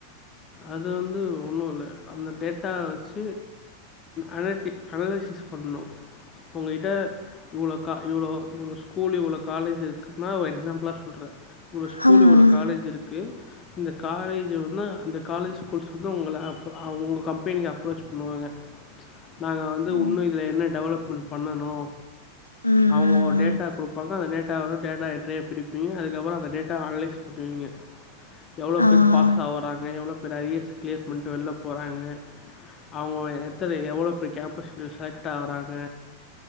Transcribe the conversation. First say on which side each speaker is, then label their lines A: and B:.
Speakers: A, on the left; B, on the left.
A: அது வந்து ஒன்னும் இல்ல அந்த டேட்டா வச்சு அனடிக் அனலைசிஸ் பண்ணணும் உங்ககிட்ட இவ்ளோ கா இவ்ளோ இவ்ளோ ஸ்கூல் இவ்ளோ காலேஜ் அது சும்மா ஒரு எக்ஸாம்பிளா சொல்றே இ்வ்ளோ ஸ்கூல்
B: ஹம்
A: இவ்ளோ காலேஜ் இருக்கு காலேஜ் அந்த காலேஜ் ஸ்கூல்ஸ் வந்து உங்கள அப் உங்க கம்பெனிக்கு அப்ரோச் பண்ணுவாங்க நாங்க வந்து
B: ஓ
A: உண்ம இதில என்ன டெவலப் பண்ணணு
B: ம் ம்
A: அவங்க ஒரு டேட்டா
B: ம்
A: கொடுப்பாங்க அந்த டேட்டா எவ்ளோ டேட்டா என்ற எப்டி அதுக்கப்றம் அந்த டேட்ட அனலைஸ் நீங்க எவ்ளோ
B: ஆ
A: பேர் பாஸ் ஆவுறாங்க எவ்வளோ பேர் அரியர்ஸ் கிளியர் பண்ட்டு வெள்ல போறாங்க அவங்க எத்தன எவ்ளோ பேர் கேம்பஸ் செலக்ட் ஆவறாங்க